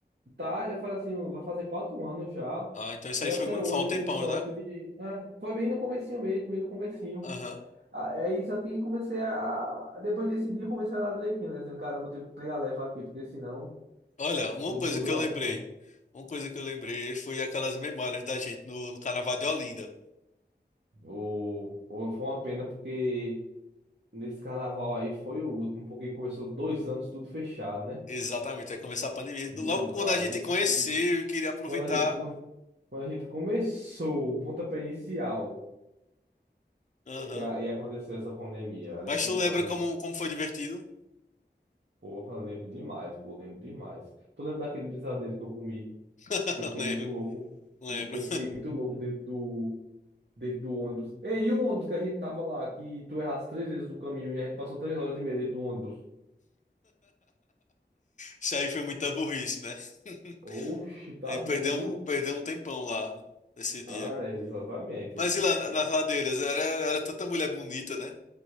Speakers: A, on the right; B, on the left.
A: Tá, já faz assim, vai fazer quatro anos já,
B: Ah, então isso
A: e
B: aí
A: até
B: foi, mu-
A: hoje
B: foi há um
A: eu
B: tempão,
A: tive sorte
B: né?
A: de, é, foi bem no comecinho mesmo, bem no comecinho.
B: Aham.
A: Ah, é isso aqui, comecei a. Depois desse dia, eu comecei a andar direitinho, né? Dizendo, caramba, vou ter que pegar leva aqui, porque senão
B: Olha, uma
A: não
B: coisa
A: vou durar
B: que eu lembrei.
A: muito, não.
B: Uma coisa que eu lembrei foi aquelas memórias da gente no, no Carnaval de Olinda.
A: Ou, ou foi uma pena, porque nesse carnaval aí foi o último, porque começou dois anos tudo fechado, né?
B: Exatamente, aí começar a pandemia.
A: No
B: Logo quando
A: aí
B: a gente conheceu
A: foi.
B: e queria aproveitar.
A: Quando a gente, co- quando a gente começou o pontapé inicial
B: Aham.
A: e, a- e aconteceu essa pandemia, ali
B: Mas
A: foi
B: tu
A: foda
B: lembra como,
A: mesmo.
B: como foi divertido?
A: Porra, lembro demais, pô, lembro demais. Tu lembra daquele brisadeiro que eu comi?
B: <laughs>
A: que eu fiquei
B: Lembro,
A: muito louco.
B: lembro.
A: Eu fiquei muito louco dentro do, dentro do ônibus. É, E aí, o ônibus que a gente tava lá, que tu errasse três vezes o caminho e a gente passou três horas e meia dentro do ônibus.
B: Isso aí foi muita burrice, né? <laughs>
A: Oxi, tá
B: E
A: doido.
B: perdeu um, perdeu um tempão lá né, nesse dia.
A: Ah, é, exatamente.
B: Mas e lá na-
A: E-
B: nas
A: e-
B: ladeiras? Era, era tanta mulher bonita, né?